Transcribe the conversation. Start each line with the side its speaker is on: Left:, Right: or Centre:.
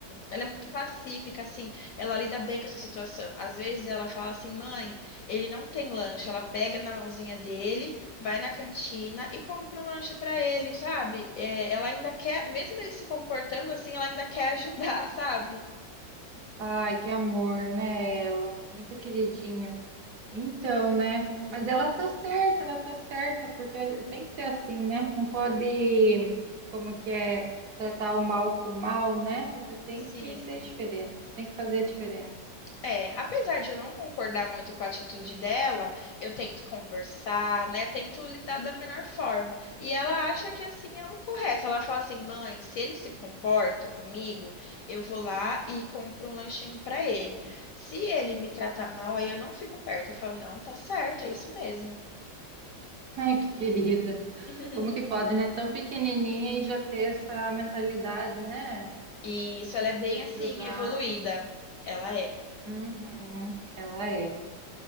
Left: ela é muito pacífica, assim, ela lida bem com essa situação. Às vezes ela fala assim, mãe, ele não tem lanche. Ela pega na mãozinha dele, vai na cantina e compra um lanche pra ele, sabe? É, ela ainda quer, mesmo ele se comportando assim, ela ainda quer ajudar, <laughs> sabe?
Right: Ai, que amor, né, ela? Muito queridinha. Então, né? Mas ela tá certa, ela tá certa, porque tem que ser assim, né? Não pode, como que é, tratar o mal com o mal, né? Você tem
Left: Sim.
Right: que ser diferente, você tem que fazer a diferença.
Left: É, apesar de eu não concordar muito com a atitude dela, eu tento conversar, né? Tento lidar da melhor forma. E ela acha que assim é o correto. Ela fala assim: "Mãe, se ele se comporta comigo, eu vou lá e compro um lanchinho pra ele. Se ele me tratar mal, aí eu não fico perto". Eu falo: "Não, tá certo, é isso mesmo".
Right: <laughs> Ai, que querida.
Left: <laughs>
Right: Como que pode, né? Tão pequenininha e já ter essa mentalidade, né?
Left: E isso ela é bem
Right: De
Left: assim
Right: ajudar.
Left: evoluída. Ela é.
Right: Uhum, ela é.